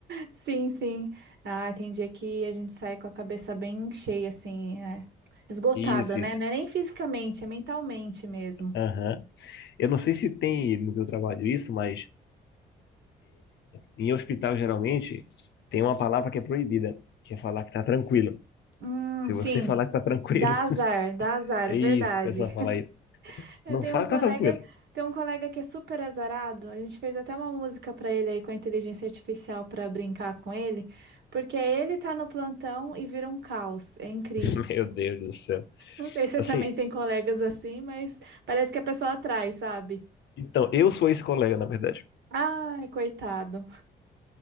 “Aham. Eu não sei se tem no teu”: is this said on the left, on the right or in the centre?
Left